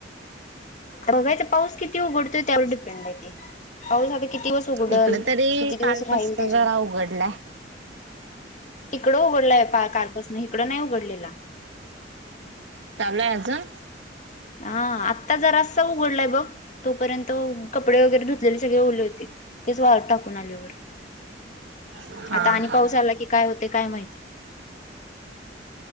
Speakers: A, on the left; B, on the right.
A: तर बघायचं पाऊस किती उघडतोय त्यावर डिपेंड आहे ते पाऊस आता किती. दिवस उघडल
B: इकडे तरी
A: किती दिवस
B: काल
A: राहील
B: पासुनू
A: त्याच्यावर
B: जरा उघडले
A: तिकडं उघडलंय कालपासून इकडे नाही उघडलेला.
B: चालूयं. अजून
A: हा आत्ता जरासा उघडलायं बघ. तोपर्यंत कपडे वगैरे धुतलेली सगळे ओले होते. तेचं वाळ टाकून आले वर
B: अजून हा
A: आता आणि
B: हा
A: पाऊस आला कि काय होते काय माहिती.